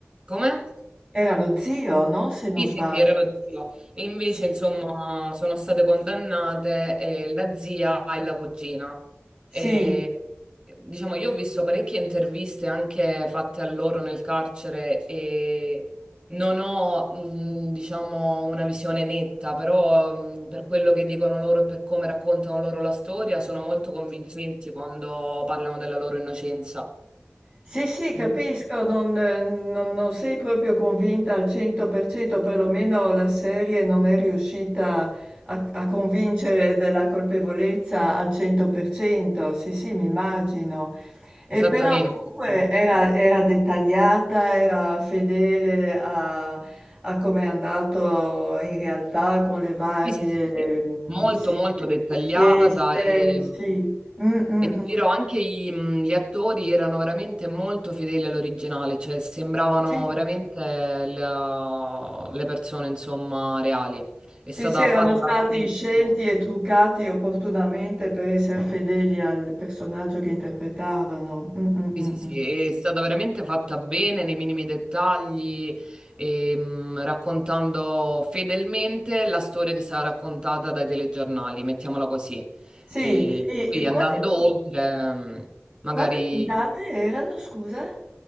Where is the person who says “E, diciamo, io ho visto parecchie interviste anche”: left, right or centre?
Right